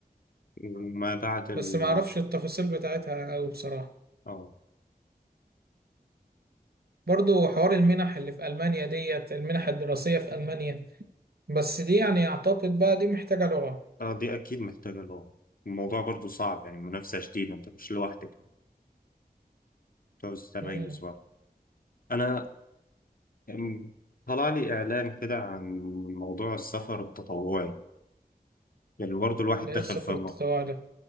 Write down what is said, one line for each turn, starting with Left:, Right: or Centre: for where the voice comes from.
Left: وما بعد ال
Right: بس ما اعرفش التفاصيل بتاعتها قوي بصراحه
Left: اه
Right: برضو حوار المنح اللي في المانيا ديت المنح الدراسيه في المانيا بس دي يعني اعتقد بقى دي محتاجه لغه
Left: اه دي أكيد محتاجة لغة الموضوع برضو صعب يعني منافسة شديدة أنت مش لوحدك جواز تميز
Right: امم
Left: بقى أنا أم، طلع لي إعلان كده عن موضوع السفر التطوعي يعني برضه الواحد
Right: ده
Left: دخل
Right: ايه السفر
Left: في مو-
Right: التطوعي ده